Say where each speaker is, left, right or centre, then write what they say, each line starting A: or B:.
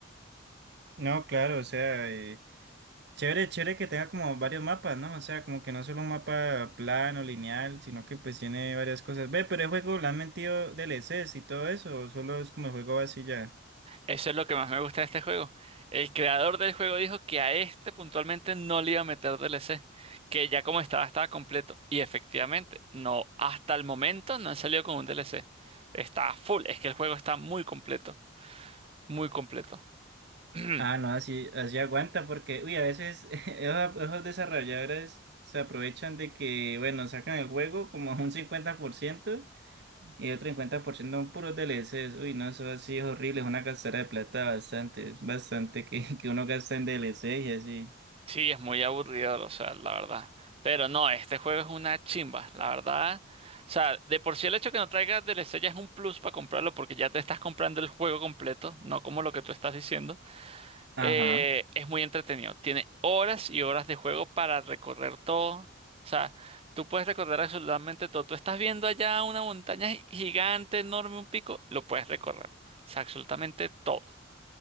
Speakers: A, on the right; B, on the right.
A: No, claro, o sea, Chévere, chévere que tenga como varios mapas, ¿no? O sea, como que no solo un mapa plano, lineal, sino que pues tiene varias cosas. Ve, pero el juego, ¿le han metido DLCs y todo eso? ¿O solo es como el juego así ya?
B: Eso es lo que más me gusta de este juego. El creador del juego dijo que a este puntualmente no le iba a meter DLC, que ya como estaba, estaba completo. Y efectivamente, no, hasta el momento no han salido con un DLC. Está full, es que el juego está muy completo, muy completo. <clears throat>
A: Ah, no, así, así aguanta, porque, uy, a veces <laughs> esos, esos desarrolladores se aprovechan de que, bueno, sacan el juego como un 50% y otro 50% son puros DLCs. Uy, no, eso así es horrible, es una gastadera de plata bastante, es bastante que, <laughs> que uno gasta en DLCs y así.
B: Sí, es muy aburrido, o sea, la verdad. Pero no, este juego es una chimba, la verdad. O sea, de por sí el hecho que no traiga DLC ya es un plus para comprarlo porque ya te estás comprando el juego completo, no como lo que tú estás diciendo. Eh,
A: Ajá.
B: es muy entretenido. Tiene horas y horas de juego para recorrer todo. O sea, tú puedes recorrer absolutamente todo. Tú estás viendo allá una montaña gi- gigante, enorme, un pico, lo puedes recorrer. O sea, absolutamente todo.